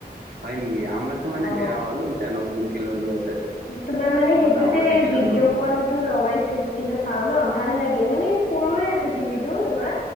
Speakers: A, on the right; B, on the left.
A: হয় নেকি? আমাৰতো মানে
B: অ।
A: বেয়া হ'ল এতিয়া নতুনকে ললো এটা।
B: তোমাৰ মানে সেইটোতে
A: ডাঙৰ টিভি
B: ভিডিঅ'
A: ললো
B: কণ টো লগাই কিনে চাও ন ভাল লাগে মানে। সৰুয়ে আছে টিভিটোত। তোমাৰ